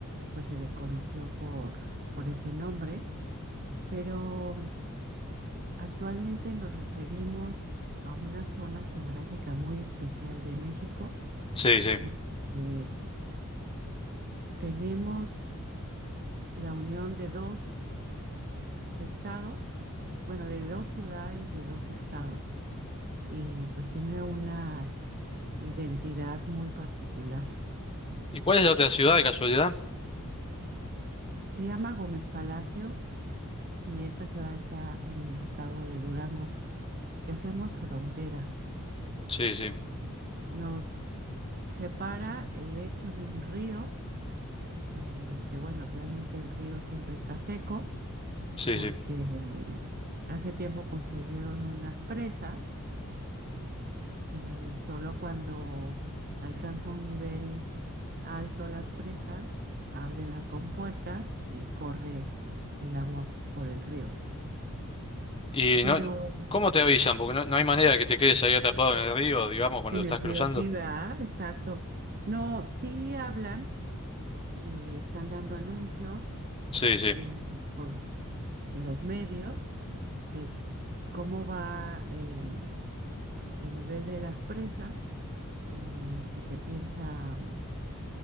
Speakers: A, on the right (about 40°); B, on the left (about 25°).
A: pues se le conoció por, por ese nombre, pero... Actualmente nos referimos a una zona geográfica muy especial de México
B: Sí, sí.
A: porque tenemos la unión de dos estados, bueno, de dos ciudades, de dos estados, y pues tiene una identidad muy particular.
B: ¿Y cuál es la otra ciudad de casualidad?
A: Se llama Gómez Palacio y esta ciudad está en el estado de Durango, que hacemos frontera.
B: Sí, sí,
A: Nos separa el lecho de un río y que bueno, realmente el río siempre está seco
B: sí,
A: porque
B: sí.
A: eh, hace tiempo construyeron unas presas y solo cuando alcanza un nivel alto las presas, abren las compuertas y corre el agua por el río.
B: ¿Y
A: Pero
B: no... cómo te avisan? Porque no, no hay manera que te quedes ahí atrapado en el río, digamos, cuando
A: en
B: lo estás
A: el
B: cruzando.
A: río sí, va, Exacto. No, sí hablan y están dando anuncios
B: Sí, sí.
A: eh, por los medios de cómo va em, el nivel de las presas y si se piensa mm,